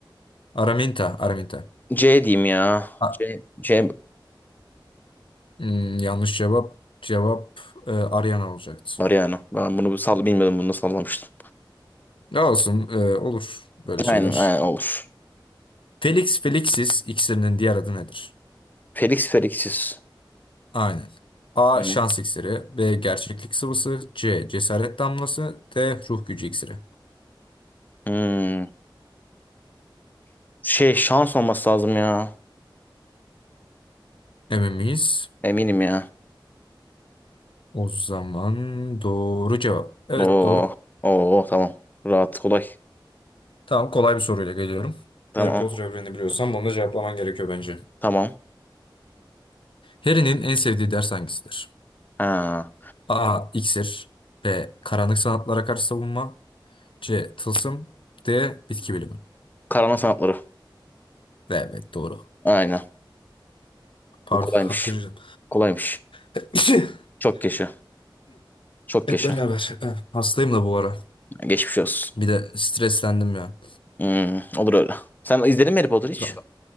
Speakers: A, on the left (about 85°); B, on the left (about 20°).
A: Araminta. Araminta.
B: C diyeyim ya.
A: A-
B: C, C
A: Hmm, yanlış cevap. Cevap e, Ariana olacaktı.
B: var yani. Ben bunu sal bilmiyordum bunu sallamıştım.
A: Ya olsun. e, olur böyle şeyler.
B: Aynen, aynen olur.
A: Felix Felixis iksirinin diğer adı nedir?
B: Felix Felix'iz.
A: Aynen. A.
B: Hı.
A: Şans iksiri. B. Gerçeklik sıvısı. C. Cesaret damlası. D. Ruh gücü iksiri.
B: Hmm. Şey şans olması lazım ya.
A: Emin miyiz?
B: Eminim ya.
A: O zaman doğru cevap. Evet
B: Oo.
A: doğru.
B: Oo tamam. Rahat kolay.
A: Tamam kolay bir soruyla geliyorum.
B: Tamam.
A: Harry Potter evrenini biliyorsan bunu da cevaplaman gerekiyor bence.
B: Tamam.
A: Harry'nin en sevdiği ders hangisidir?
B: Ha.
A: A. İksir B. Karanlık sanatlara karşı savunma C. Tılsım D. Bitki bilimi
B: Karama sanatları.
A: Evet doğru.
B: Aynen.
A: Pardon
B: Bu kolaymış.
A: <laughs> hapşıracağım.
B: Kolaymış.
A: <coughs>
B: Çok yaşa. Çok
A: Hep
B: yaşa.
A: beraber. Hastayım da bu ara.
B: Geçmiş olsun.
A: Bir de streslendim ya.
B: Hmm, olur öyle. Sen izledin mi Harry Potter hiç?
A: Tamam.